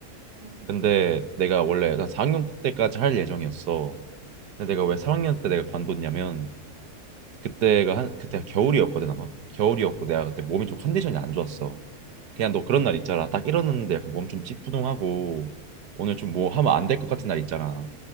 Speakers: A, on the left; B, on the right.
A: 응, 응,
B: 근데 내가 원래 난 4학년 때까지 할 예정이었어. 근데
A: 응,
B: 내가 왜 3학년 때 내가 관뒀냐면 그때가 한 그때가 겨울이었거든 아마. 겨울이었고 내가
A: 응,
B: 그때 몸이 좀 컨디션이 안 좋았어. 그냥 너
A: 응.
B: 그런 날 있잖아. 딱 일어났는데 약간 몸 좀 찌뿌둥하고 오늘
A: 음,
B: 좀 뭐
A: 그치,
B: 하면 안
A: 그치.
B: 될 것 같은 날 있잖아.